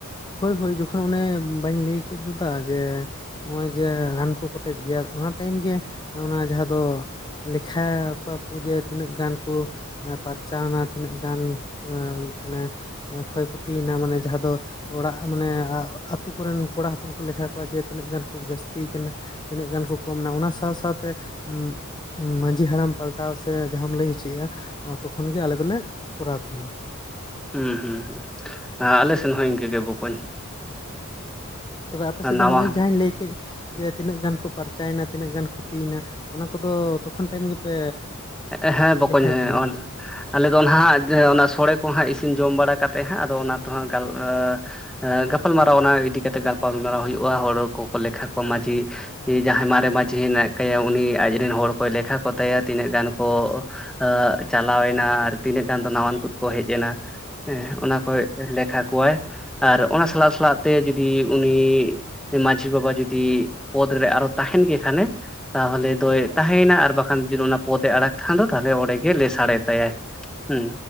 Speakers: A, on the left; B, in the centre.
A: ᱦᱳᱭ ᱦᱳᱭ ᱡᱚᱠᱷᱚᱱ ᱚᱱᱮ ᱵᱟᱹᱧ ᱞᱟᱹᱭ ᱠᱮᱫ ᱫᱚ ᱫᱟ ᱡᱮ ᱱᱚᱜᱼᱚᱭ ᱡᱮ ᱨᱟᱱ ᱠᱚ ᱠᱚᱴᱮᱡ ᱜᱮᱭᱟ, ᱚᱱᱟ ᱴᱟᱹᱭᱤᱢ ᱜᱮ ᱚᱱᱟ ᱡᱟᱦᱟᱸ ᱫᱚ ᱞᱮᱠᱷᱟᱭᱟ ᱠᱚᱣᱟ ᱯᱩᱡᱟᱹᱛ ᱛᱤᱱᱟᱹᱜ ᱜᱟᱱ ᱠᱚ ᱮᱸ ᱯᱟᱨᱪᱟᱣᱮᱱᱟ ᱛᱤᱱᱟᱹᱜ ᱜᱟᱱ ᱮᱸ ᱚᱱᱮ ᱮᱸ ᱠᱷᱚᱭ ᱠᱷᱩᱛᱤᱭᱮᱱᱟ ᱢᱟᱱᱮ ᱡᱟᱦᱟ ᱫᱚ ᱚᱲᱟᱜ ᱢᱟᱱᱮ ᱟᱹ ᱟᱹᱛᱩ ᱠᱚᱨᱮᱱ ᱠᱚᱲᱟ ᱦᱚᱯᱚᱱ ᱠᱚ ᱞᱮᱠᱷᱟ ᱠᱚᱣᱟ ᱡᱮ ᱛᱤᱱᱟᱹᱜ ᱜᱟᱱ ᱠᱩ ᱡᱟᱹᱥᱛᱤ ᱭᱟᱠᱟᱱᱟ ᱛᱤᱱᱟᱹᱜ ᱜᱟᱱ ᱠᱚ ᱠᱚᱢ ᱮᱱᱟ, ᱚᱱᱟ ᱥᱟᱶ ᱥᱟᱶᱛᱮ ᱩᱸ ᱢᱟᱺᱡᱷᱤ ᱦᱟᱲᱟᱢ ᱯᱟᱞᱴᱟᱣ ᱥᱮ ᱡᱟᱦᱟᱸᱢ ᱞᱟᱹᱭ ᱦᱚᱪᱚ ᱭᱮᱜᱼᱟ, ᱚᱱᱟ ᱛᱚᱠᱷᱚᱱ ᱜᱮ ᱟᱞᱮ ᱫᱚᱞᱮ ᱠᱚᱨᱟᱣ ᱛᱟᱦᱮᱱᱟ᱾
B: ᱦᱩᱸ ᱦᱩᱸ ᱦᱩᱸ, ᱟ ᱟᱞᱮ ᱥᱮᱱ ᱦᱚᱸ ᱤᱸᱠᱟᱹ ᱜᱮ ᱵᱚᱠᱚᱧ᱾
A: ᱛᱚᱵᱮ ᱟᱯᱮ ᱥᱮᱫ ᱫᱚ
B: ᱱᱟᱣᱟ
A: ᱦᱚᱸᱜᱼᱚᱭ ᱡᱟᱦᱟᱸᱧ ᱞᱟᱹᱭ ᱠᱮᱡ ᱡᱮ ᱛᱤᱱᱟᱹᱜ ᱜᱟᱱ ᱠᱚ ᱯᱟᱨᱪᱟᱭᱮᱱᱟ ᱛᱤᱱᱟᱹᱜ ᱜᱟᱱ ᱠᱚ ᱠᱷᱩᱛᱤᱭᱮᱱᱟ ᱚᱱᱟ ᱠᱚᱫᱚ ᱛᱚᱠᱷᱚᱱ ᱴᱟᱹᱭᱤᱢ ᱜᱮᱯᱮ
B: ᱮᱸᱜ ᱦᱮᱸ ᱵᱚᱠᱚᱧ
A: ᱞᱮᱠᱷᱟᱭ
B: ᱦᱮᱸ
A: ᱛᱟᱦᱮᱱᱟ
B: ᱚᱱᱟ ᱫᱩ ᱟᱞᱮ ᱫᱚ ᱱᱷᱟᱸᱜ ᱡᱮ ᱚᱱᱟ ᱥᱚᱲᱮ ᱠᱚ ᱦᱟᱸᱜ ᱤᱥᱤᱱ ᱡᱚᱢ ᱵᱟᱲᱟ ᱠᱟᱛᱮᱜ ᱦᱟᱸᱜ ᱟᱫᱚ ᱚᱱᱟ ᱫᱚ ᱦᱟᱸᱜ ᱜᱟᱞ ᱮᱸ ᱮᱸ ᱜᱟᱯᱟᱞ ᱢᱟᱨᱟᱣ ᱚᱱᱟ ᱤᱫᱤ ᱠᱟᱛᱮ ᱜᱟᱯᱟᱞᱢᱟᱨᱟᱣ ᱦᱩᱭᱩᱜᱼᱟ ᱦᱚᱲ ᱠᱚᱠᱚ ᱞᱮᱠᱷᱟ ᱠᱚᱣᱟ ᱢᱟᱺᱡᱷᱤ ᱠᱤ ᱡᱟᱦᱟᱸᱭ ᱢᱟᱨᱮ ᱢᱟᱺᱡᱷᱤ ᱱᱟᱭᱠᱟᱹᱭᱟ ᱩᱱᱤ ᱟᱡ ᱨᱤᱱ ᱦᱚᱲ ᱠᱚᱭ ᱞᱮᱠᱷᱟ ᱠᱚ ᱛᱟᱭᱟ ᱛᱤᱱᱟᱹᱜ ᱜᱟᱱ ᱠᱚᱻᱜ ᱟᱸ ᱪᱟᱞᱟᱣᱮᱱᱟ ᱟᱨ ᱛᱤᱱᱟᱹᱜ ᱜᱟᱱ ᱫᱚ ᱱᱟᱣᱟᱱ ᱠᱩᱫ ᱠᱚ ᱦᱮᱡ ᱮᱱᱟ, ᱮᱸᱦ ᱚᱱᱟ ᱠᱚᱭᱼᱮᱜ ᱞᱮᱠᱷᱟ ᱠᱚᱣᱟᱭ ᱟᱨ ᱚᱱᱟ ᱥᱟᱞᱟᱜ ᱥᱟᱞᱟᱜ ᱛᱮ ᱡᱩᱫᱤ ᱩᱱᱤ ᱮᱸ ᱢᱟᱺᱡᱷᱤ ᱵᱟᱵᱟ ᱡᱩᱫᱤ ᱯᱚᱫᱽ ᱨᱮ ᱟᱨᱦᱚ ᱛᱟᱦᱮᱱ ᱜᱮ ᱠᱷᱟᱱ ᱮ ᱛᱟᱦᱚᱞᱮ ᱫᱚᱭ ᱛᱟᱦᱮᱸᱭᱮᱱᱟ ᱟᱨ ᱵᱟᱠᱷᱟᱱ ᱡᱩᱫᱤ ᱚᱱᱟ ᱯᱚᱫᱽ ᱮ ᱟᱲᱟᱜᱽ ᱠᱷᱟᱱ ᱫᱚ ᱛᱟᱦᱮᱞᱮ ᱚᱸᱲᱮ ᱜᱮ ᱞᱟᱹᱭ ᱥᱟᱲᱮ ᱛᱟᱭᱟᱭ, ᱦᱩᱸ,